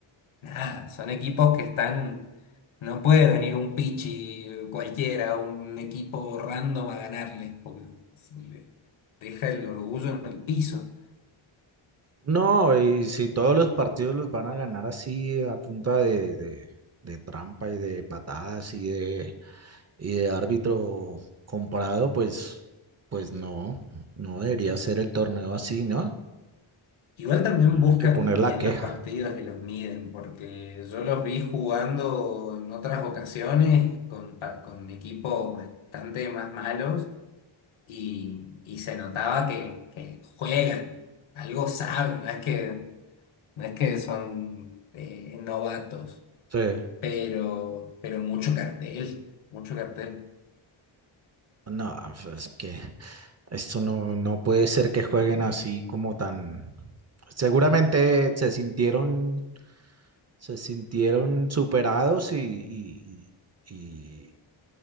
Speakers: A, on the left; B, on the right.
A: nada, son equipos que están. No puede venir un pichi cualquiera, un equipo random a ganarles, porque se le deja el orgullo en el piso.
B: No, y si todos los partidos los van a ganar así a punta de, de- de trampa y de patadas y de, y de árbitro comprado, pues, pues no, no debería ser el torneo así, ¿no?
A: Igual también
B: Hay
A: buscan
B: que poner la
A: bien
B: queja.
A: los partidos y los miden, porque yo los vi jugando en otras ocasiones con, pa- con equipos bastante más malos y, y se notaba que, que juegan, algo saben, no es que, no es que son eh, novatos,
B: Sí.
A: pero, pero mucho cartel, mucho cartel.
B: No, pues, es que esto no, no puede ser que jueguen así como tan... Seguramente se sintieron se sintieron superados y, y, y- y-